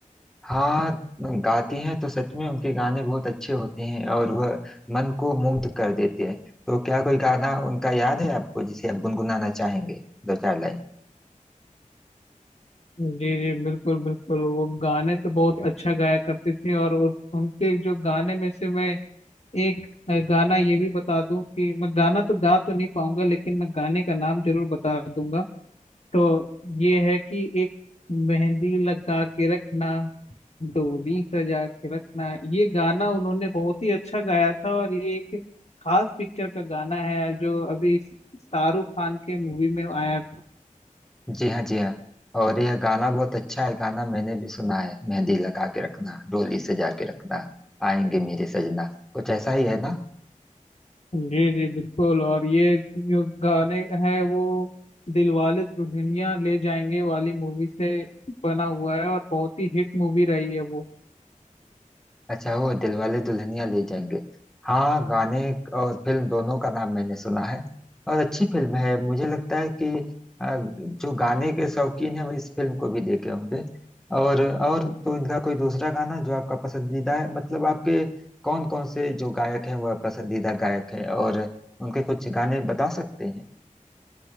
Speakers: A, in the centre; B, on the left (about 50°).
A: हाँ गाती हैं तो सच में उनके गाने बहुत अच्छे होते हैं और वह मन को मुग्ध कर देते हैं तो क्या कोई गाना उनका याद है आपको जिसे आप गुनगुनाना चाहेंगे दो चार लाइन
B: जी जी बिल्कुल बिल्कुल वो गाने तो बहुत अच्छा गाया करते थे और उस, उनके जो गाने में से मैं एक अ, गाना ये भी बता दूं कि मैं गाना तो गा तो नहीं पाऊंगा लेकिन मैं गाने का नाम जरूर बता दूंगा तो ये है कि एक मेहंदी लगा के रखना डोली सजा के रखना ये गाना उन्होंने बहुत ही अच्छा गाया था और ये एक खास पिक्चर का गाना है जो अभी शाहरुख खान के मूवी में आया था
A: जी हाँ जी हाँ और यह गाना बहुत अच्छा है गाना मैंने भी सुना है मेहंदी लगा के रखना डोली सजा के रखना आएंगे मेरे सजना कुछ ऐसा ही है ना
B: जी जी बिल्कुल और ये जो गाने है वो दिलवाले दुल्हनिया ले जाएंगे वाली मूवी से बना हुआ है और बहुत ही हिट मूवी रही है वो
A: अच्छा वो दिलवाले दुल्हनिया ले जाएंगे हाँ गाने और फिल्म दोनों का नाम मैंने सुना है और अच्छी फिल्म है मुझे लगता है कि अ, जो गाने के शौकीन है वह इस फिल्म को भी देखे होंगे और और तो इनका कोई दूसरा गाना जो आपका पसंदीदा है मतलब आपके कौन कौन से जो गायक हैं वह पसंदीदा गायक हैं और उनके कुछ गाने बता सकते हैं